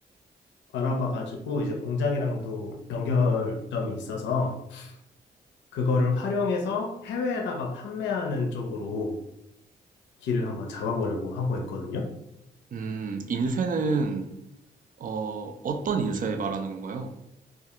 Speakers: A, on the left; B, on the right.
A: 알아봐가지고 이제 공장이랑도 연결점이 있어서 그거를 활용해서 해외에다가 판매하는 쪽으로 길을 한번 잡아보려고 하고 있거든요.
B: 음, 인쇄는 어, 어떤 인쇄 말하는 건가요?